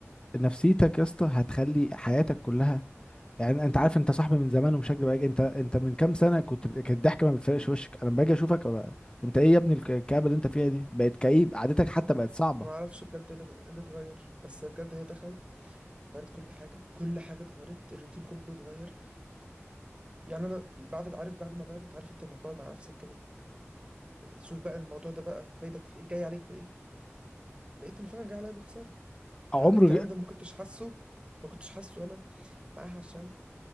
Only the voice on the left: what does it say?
نفسيتك يا اسطى هتخلي حياتك كلها يعني انت عارف انت صاحبي من زمان ومش هكدب عليك انت انت من كام سنه كنت كانت الضحك ما بتفرقش وشك انا لما باجي اشوفك بقى. انت ايه يا ابني الك- الكآبه اللي انت فيها دي بقت كئيب قعدتك حتى بقت صعبه
عمر